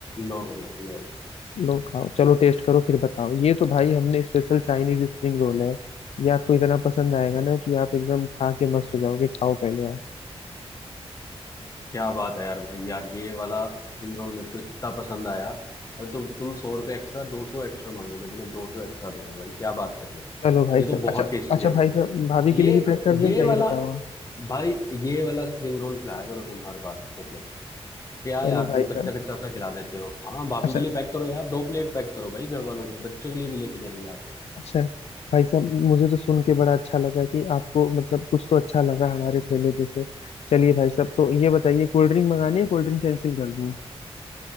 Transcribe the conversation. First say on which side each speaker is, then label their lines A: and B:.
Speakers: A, on the left; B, on the left.
A: लो लो लो लो
B: लो खाओ चलो टेस्ट करो फिर बताओ ये तो भाई हमने स्पेशल चाइनीज स्प्रिंग रोल है ये आपको इतना पसंद आएगा ना कि आप एकदम खा के मस्त हो जाओगे खाओ पहले आप
A: क्या बात है यार भाई यार ये वाला स्प्रिंग रोल मेरे को इतना पसंद आया और तो तुम सौ रुपये एक्स्ट्रा दो सौ एक्स्ट्रा मांगो मैं तुम्हें दो सौ एक्स्ट्रा दूंगा भाई क्या बात कर रहे हो
B: चलो भाई
A: ये
B: साहब
A: तो बहुत
B: अच्छा
A: टेस्टी
B: अच्छा
A: है मतलब
B: भाई साहब भाभी
A: ये
B: के लिए भी पैक कर दें
A: ये
B: क्या
A: वाला
B: ये बताओ
A: भाई ये वाला स्प्रिंग रोल खिलाया करो तुम हर बार मतलब क्या
B: चलो
A: यार
B: भाई
A: तुम कच्चा
B: साहब
A: कच्चा सा खिला देते हो हाँ भाभी
B: अच्छा
A: के लिए पैक करो यार दो प्लेट पैक करो भाई घर वालों के लिए बच्चों के लिए भी लेके जाएंगे आज
B: अच्छा भाई साहब मुझे तो सुन के बड़ा अच्छा लगा कि आपको मतलब कुछ तो अच्छा लगा हमारे ठेले पे से चलिए भाई साहब तो ये बताइए कोल्ड ड्रिंक मंगानी है कोल्ड ड्रिंक कैंसिल कर दूं